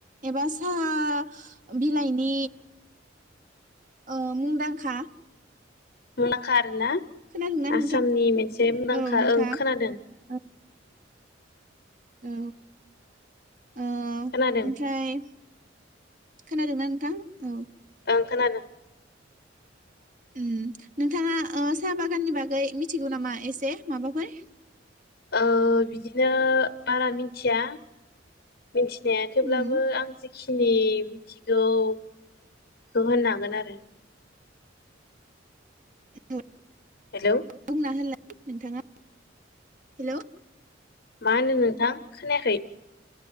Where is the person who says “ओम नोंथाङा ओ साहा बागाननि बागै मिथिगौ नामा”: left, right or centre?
Right